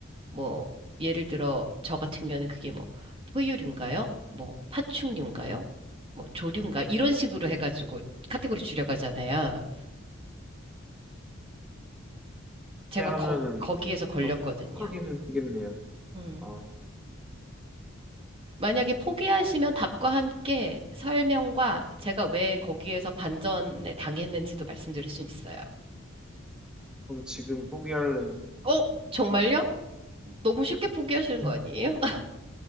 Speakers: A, on the right; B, in the centre.
A: 뭐 예를 들어 저 같은 경우는 그게 뭐 포유류인가요? 뭐 파충류인가요? 뭐 조류인가? 이런 식으로 해가지고 카테고리 줄여가잖아요. 제가
B: 이렇게 하면은
A: 거, 거기에서 걸렸거든요.
B: 더 크기는 뛰겠네요.
A: 음.
B: 아,
A: 만약에
B: 음.
A: 포기하시면 답과 함께 설명과 제가 왜 거기에서 반전에 당했는지도 말씀드릴 수 있어요.
B: 그럼 지금 포기할래요.
A: 어? 정말요? 너무 쉽게 포기하시는 거
B: <laughs>
A: 아니에요?